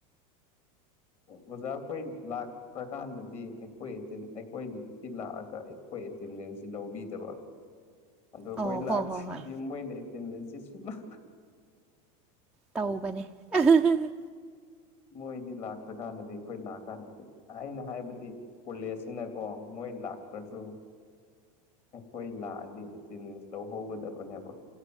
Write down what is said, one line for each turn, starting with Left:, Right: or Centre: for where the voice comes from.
Left: ꯑꯣꯖꯥ ꯑꯩꯈꯣꯏ ꯂꯥꯛꯇ꯭ꯔꯀꯥꯟꯗꯗꯤ ꯑꯩꯈꯣꯏ ꯑꯇꯦꯟ ꯑꯩꯈꯣꯏ ꯇꯤ ꯂꯥꯛꯑꯒ ꯑꯩꯈꯣꯏ ꯑꯦꯇꯦꯟꯗꯦꯟꯁꯁꯤ ꯂꯧꯕꯤꯗꯕ ꯑꯗꯨ
Centre: ꯑꯣ
Left: ꯈꯣꯏ ꯂꯥꯛꯇ꯭ꯔꯗꯤ
Centre: ꯍꯣꯏ ꯍꯣꯏ ꯍꯣꯏ
Left: ꯃꯣꯏꯅ ꯑꯦꯇꯦꯟꯗꯦꯟꯁꯤ ꯁꯨꯂꯥꯛ <unintelligible>
Centre: ꯇꯧꯕꯅꯦ <unintelligible>
Left: ꯃꯣꯏꯗꯤ ꯂꯥꯛꯇ꯭ꯔꯀꯥꯟꯗꯗꯤ ꯑꯩꯈꯣꯏ ꯂꯥꯛꯑꯀꯥꯟꯗ ꯑꯩꯅ ꯍꯥꯏꯕꯗꯤ ꯀꯣꯂꯦꯖꯁꯤꯅꯀꯣ ꯃꯣꯏ ꯂꯥꯛꯇ꯭ꯔꯁꯨ ꯑꯩꯈꯣꯏ ꯂꯥꯛꯑꯗꯤ ꯑꯦꯇꯦꯟꯗꯦꯟꯁ ꯂꯧꯍꯧꯒꯗꯕꯅꯦꯕ